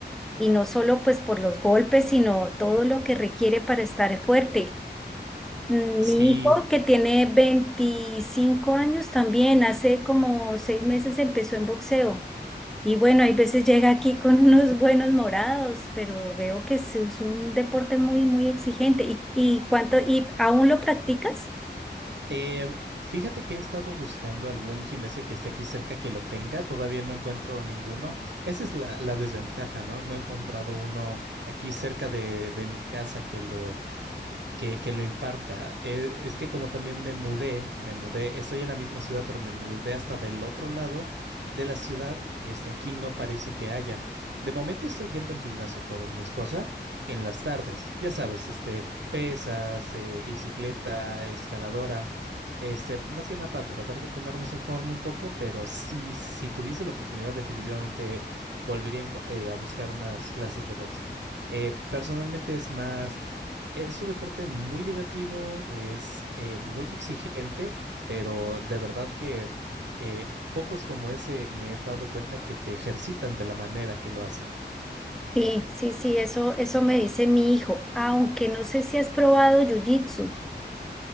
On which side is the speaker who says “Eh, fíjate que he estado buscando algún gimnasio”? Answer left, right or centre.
Right